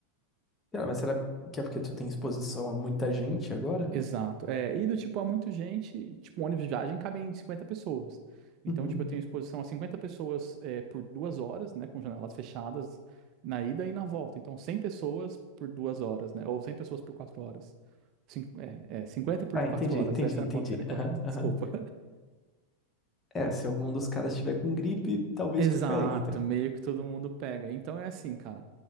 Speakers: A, on the left; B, on the right.
A: Cara, mas será que é porque tu tem exposição a muita gente agora?
B: Exato. É, e do tipo, há muita gente, tipo, um ônibus de viagem cabe em 50 pessoas.
A: Uhum.
B: Então, tipo, eu tenho exposição a 50 pessoas é, por duas horas, né, com janelas fechadas na ida e na volta. Então, 100 pessoas por duas horas, né, ou 100 pessoas por quatro horas. Cin- é, é, 50 por
A: Ah,
B: quatro
A: entendi,
B: horas,
A: entendi,
B: essa
A: entendi.
B: é a conta que seria correta,
A: Aham, aham.
B: desculpa.
A: É, se algum dos caras tiver com gripe, talvez
B: Exato,
A: tu pegue, então.
B: meio que todo mundo pega. Então é assim, cara.